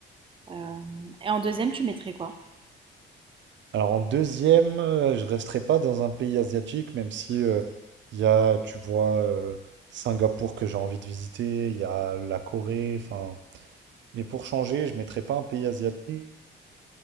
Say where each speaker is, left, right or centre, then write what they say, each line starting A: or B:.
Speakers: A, on the right; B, on the right.
A: Euh, et en deuxième, tu mettrais quoi?
B: Alors en deuxième, euh, je resterai pas dans un pays asiatique, même si euh, il y a, tu vois, euh, Singapour que j'ai envie de visiter, il y a la Corée, enfin. Mais pour changer, je ne mettrais pas un pays asiatique.